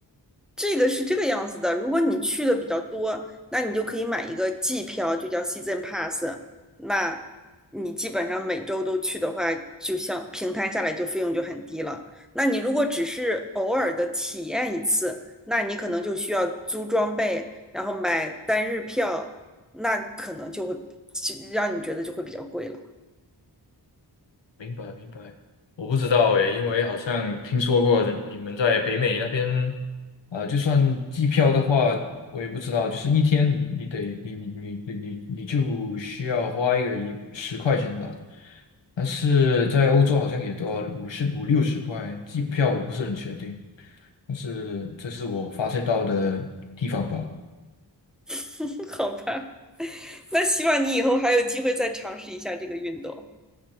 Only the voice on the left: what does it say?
明白明白，我不知道诶，因为好像听说过你们在北美那边，啊、就算机票的话，我也不知道，就是一天你你得你你你你你你就需要花一个一十块钱吧，但是在欧洲好像也都要五十五六十块，机票我不是很确定，但是这是我发现到的地方吧。